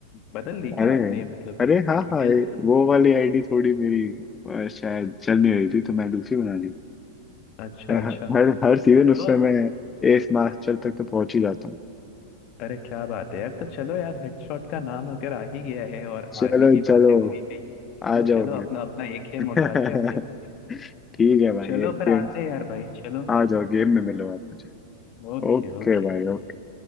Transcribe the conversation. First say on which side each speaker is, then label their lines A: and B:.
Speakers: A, on the left; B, on the left.
A: बदल ली
B: अरे
A: क्या आपने मतलब
B: अरे हाँ
A: डिटेल्स
B: हाँ ये- वो वाली आईडी थोड़ी मेरी अ, शायद चल नहीं रही थी तो मैं दूसरी बना ली
A: अच्छा
B: मैं
A: अच्छा
B: ह- हर हर सीजन
A: तो
B: उसमें मैं एस मास्टर तक तो पहुंच ही जाता हूँ
A: अरे क्या बात है यार तो चलो यार हेडशॉट का नाम अगर आ ही गया है और
B: चलो
A: आर्मी की
B: चलो
A: बातें हो ही गई चलो
B: आ जाओ
A: चलो
B: फिर
A: अपना अपना एक एम
B: <laughs>
A: उठाते हैं और चलते हैं।
B: ठीक है भाई
A: चलो
B: एक
A: फिर
B: गेम
A: आते हैं यार भाई चलो
B: आ जाओ गेम में मिलो आप मुझे
A: Okay
B: ओके
A: okay
B: भाई ओके।